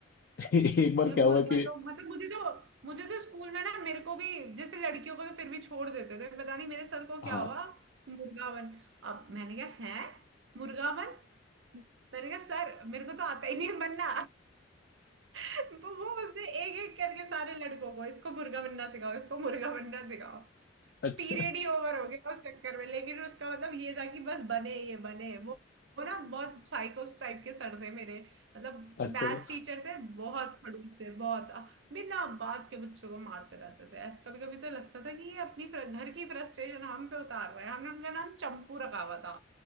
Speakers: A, on the left; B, on the right.
A: <laughs> एक बार
B: या
A: क्या
B: मुर्गा
A: हुआ कि
B: तो मतलब मुझे तो मुझे तो स्कूल में ना मेरे को भी जैसे लड़कियों को तो फिर भी छोड़ देते थे पता नहीं मेरे सर को
A: हाँ
B: क्या हुआ कि मुर्गा बन अब मैंने कहा है मुर्गा बन मैंने कहा सर मेरे को तो आता ही नहीं है बनना <laughs> वो वो उसने एक एक करके सारे लड़कों को इसको मुर्गा बनना सिखाओ इसको मुर्गा बनना सिखाओ
A: अच्छा
B: पीरियड ही ओवर हो गया उस चक्कर में लेकिन उसका मतलब ये था कि बस बने ये बने वो वो ना बहुत साइकोस टाइप के सर थे मेरे मतलब
A: अच्छा
B: मैथ्स टीचर थे बहुत खड़ूस थे बहुत अ, बिना बात के बच्चों को मारते रहते थे ऐसा कभी कभी तो लगता था कि ये अपनी फ्र- घर की फ्रस्ट्रेशन हम पे उतार रहे हैं हमने उनका नाम चंपू रखा हुआ था